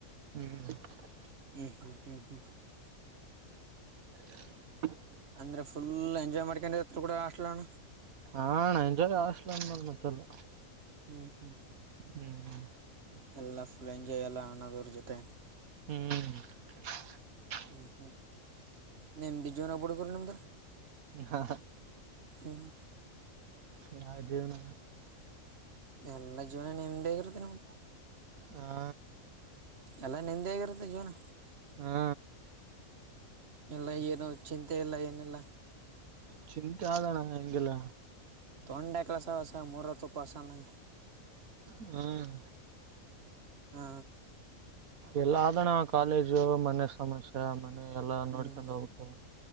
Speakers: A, on the right; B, on the right.
A: ಹ್ಮ್
B: ಹ್ಮ್ ಹ್ಮ ಹ್ಮ್ ಹ್ಮ್
A: <inaudible>
B: ಅಂದ್ರೆ ಫುಲ್ ಎಂಜಾಯ್ ಮಾಡ್ಕೊಂಡಿತ್ರಿ ಬುಡ ಹಾಸ್ಟಲ್ಣ.
A: ಹಾಣ ಎಂಜಾಯ್ ಹಾಸ್ಟೆಲ್ ಅಂದ ಮೇಲ್ ಮತ್ತೆಲ್ಲ.
B: ಹ್ಮ್ ಹ್ಮ್
A: ಹ್ಮ್ ಹ್ಮ್
B: ಎಲ್ಲ ಫುಲ್ ಎಂಜಾಯ್ ಎಲ್ಲ ಅಣ್ಣದೊರ ಜೊತೆ.
A: ಹ್ಮ್
B: ಹ್ಮ್ ಹ್ಮ್ ನಿಮ್ ಬಿಜ್ಜೀವನ ಬುಡುಗುರ್ ನಿಮ್ದು.
A: ಹಾ
B: ಹ್ಮ್
A: ಯಾ ಜೀವನ.
B: ಎಲ್ಲಾ ಜೀವನ ನೆಮ್ಮದಿ ಆಗಿರೋದ್ರಿ ನಿಮ್ದು
A: ಹಾ
B: ಎಲ್ಲ ನಿಮ್ದೆ ಆಗಿರುತ್ತೆ ಜೀವನ.
A: ಹಾ
B: ಎಲ್ಲ ಏನು ಚಿಂತೆ ಎಲ್ಲ ಏನೆಲ್ಲ.
A: ಚಿಂತಿ ಅದಣ್ಣಾ ಹೆಂಗಿಲ್ಲ.
B: ತೊಂಡ್ಯ ಕೆಲಸ ಹೊಸ ಮೂರು. ತೊಪ್ಪಸನಂಗ್.
A: ಹ್ಮ್
B: ಹಾ
A: ಎಲ್ಲ ಆದಣ ಕಾಲೇಜು ಮನೆ ಸಮಸ್ಯ ಮ ಎಲ್ಲಾ ನೋಡ್ಕ್ಯಾಂತ್
B: ಹ್ಮ್
A: ಹೊಬೇಕು